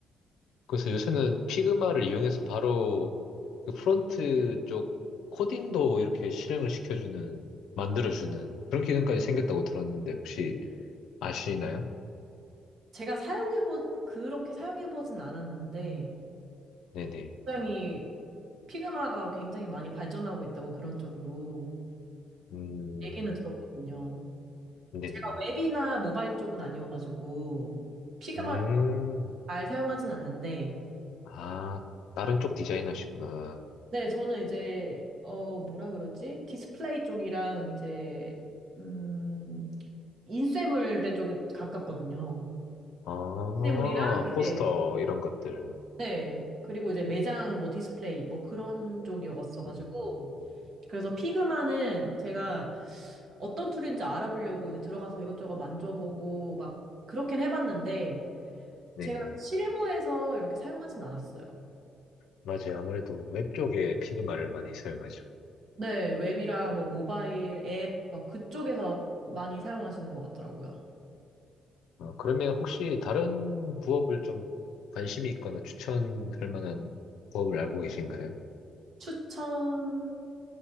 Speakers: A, on the left (about 85°); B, on the right (about 60°).
A: 그래서 요새는 피그마를 이용해서 바로 그 프론트 쪽 코딩도 이렇게 실행을 시켜주는, 만들어주는 그런 기능까지 생겼다고 들었는데 혹시 아시나요?
B: 제가 사용해보, 그렇게 사용해보진 않았는데,
A: 네네.
B: 굉장히, 피그마가 굉장히 많이 발전하고 있다고 그런 쪽으로
A: 음,
B: 얘기는 들었거든요.
A: 네네.
B: 제가 웹이나 모바일 쪽은 아니어가지고, 피그마를
A: 음,
B: 잘 사용하진 않는데,
A: 아, 다른 쪽 디자이너시구나.
B: 네, 저는 이제, 어, 뭐라 그러지? 디스플레이 쪽이랑 이제, 음, 인쇄물의 쪽에 가깝거든요.
A: 아,
B: 인쇄물이랑 이제,
A: 포스터 이런 것들.
B: 네. 그리고 이제 매장 뭐 디스플레이 뭐 그런 쪽이었어가지고.
A: 음,
B: 그래서 피그마는 제가 어떤 툴인지 알아보려고 이제 들어가서 이것저것 만져보고 막 그렇긴 해봤는데
A: 네네.
B: 제가 실무에서 이렇게 사용하진 않았어요.
A: 맞아요. 아무래도 웹 쪽에 피그마를 많이 사용하죠.
B: 네, 웹이라 뭐 모바일 앱 막 그쪽에서 많이 사용하시는 것 같더라고요.
A: 어, 그러면 혹시 다른 부업을 좀 관심이 있거나 추천할 만한 부업을 알고 계신가요?
B: 추천